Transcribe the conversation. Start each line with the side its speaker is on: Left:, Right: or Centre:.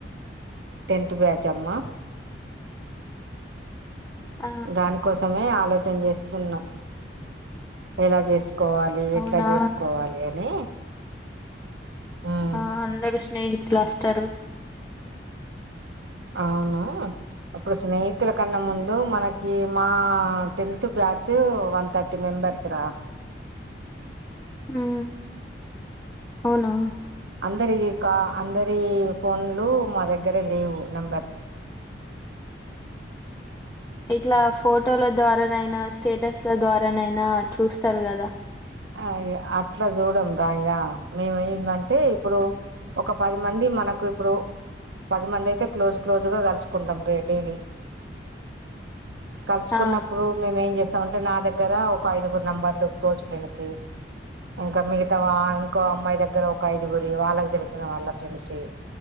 Right: టెన్త్ బ్యాచ్ అమ్మా
Left: ఆ
Right: దానికోసమే ఆలోచన చేస్తున్నాం ఎలా చేసు కోవాలి
Left: అవునా
Right: ఎట్లా చేసుకోవాలి అని ఉమ్
Left: ఆ అందరూ స్నేహితులు వస్తారు
Right: అవును అప్పుడు స్నేహితుల కన్నా ముందు మనకి మా tenth batch one thirty members రా
Left: ఉ అవునా
Right: అందరి కా అందరి ఫోన్లు మా దగ్గర లేవు నంబర్స్ <inaudible>
Left: ఇట్లా ఫోటోల ద్వారా నైనా స్టేటస్ ల ద్వారా నైనా చూస్తారు గదా.
Right: అ ఇగ అట్లా చూడం రా ఇగ మేము ఏంమంటే ఇప్పుడు. ఒక పది మంది మనకు ఇప్పుడు పది మంది అయితే క్లోజ్ క్లోజ్ గా కలుసుకుంటాం రే డైలీ. కలుసుకున్నప్పుడు
Left: ఆ
Right: మేము ఏం చేస్తాం అంటే నా దగ్గర ఒక ఐదుగురు నెంబర్లు క్లోజ్ ఫ్రెండ్స్వి. ఇంకా మిగతా వా ఇంకో అమ్మాయి దగ్గర ఒక ఐదుగురివి వాళ్ళకి తెలిసిన వాళ్ళ ఫ్రెండ్స్వి.